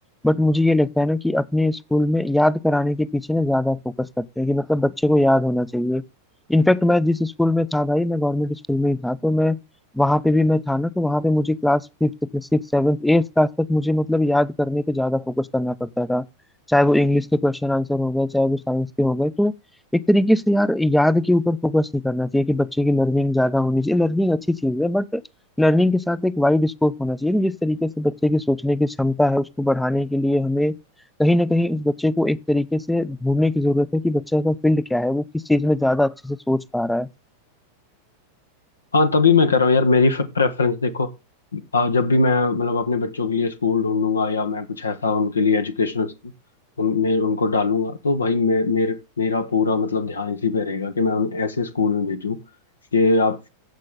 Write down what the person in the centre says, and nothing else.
बट मुझे ये लगता है ना कि अपने स्कूल में याद कराने के पीछे ना ज्यादा फोकस करते हैं कि मतलब बच्चे को याद होना चाहिए इनफैक्ट मैं जिस स्कूल में था भाई मैं गवर्नमेंट स्कूल में ही था तो मैं वहां पे भी मैं था ना तो वहां पे मुझे class fifth six seventh eighth class तक मुझे मतलब याद करने पे ज्यादा फोकस करना पड़ता था चाहे वो इंग्लिश के क्वेश्चन आंसर हो गए चाहे वो साइंस के हो गए तो एक तरीके से यार याद के ऊपर फोकस नहीं करना चाहिए कि बच्चे की लर्निंग ज्यादा होनी चाहिए लर्निंग अच्छी चीज है बट लर्निंग के साथ एक वाइड स्कोप होना चाहिए जिस तरीके से बच्चे की सोचने की क्षमता है उसको बढ़ाने के लिए हमें कहीं ना कहीं उस बच्चे को एक तरीके से ढूंढने की जरूरत है कि बच्चे का फील्ड क्या है वो किस चीज में ज्यादा अच्छे से सोच पा रहा है